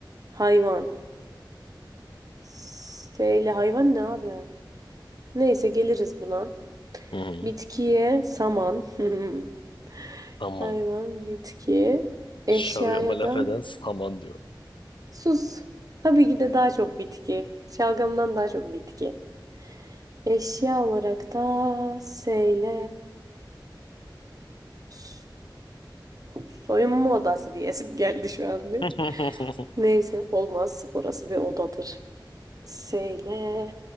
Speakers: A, on the right (about 45°); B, on the left (about 80°).
A: hayvan. S ile hayvan ne abi? Neyse geliriz buna.
B: Hı hı.
A: Bitkiye saman. <laughs>
B: Tamam.
A: Hayvan, bitki. Eşyaya
B: Şalgama laf
A: da
B: eden saman diyor.
A: sus. Tabii ki de daha çok bitki. Şalgamdan daha çok bitki. Eşya olarak da seyle so- soyunma odası diyesim geldi şu an bir.
B: <laughs>
A: Neyse olmaz. Orası bir odadır. Seyle